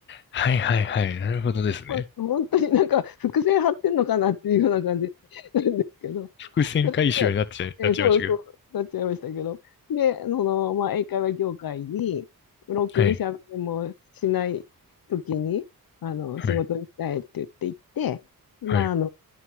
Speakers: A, on the left; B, on the left.
A: はいはいはい。なるほどですね。
B: ほん本当になんか伏線張ってんのかなっていうような感じなんですけど、
A: 伏線回収になっちゃい、
B: それで、えーそうそう、
A: なっちゃいましたけど。
B: なっちゃいましたけど、で、その、まあ、英会話業界に、ロックに喋れもしない時に、
A: はい。
B: あの、
A: はい。
B: 仕事にしたいって言って行って、まあ、
A: はい。
B: あの、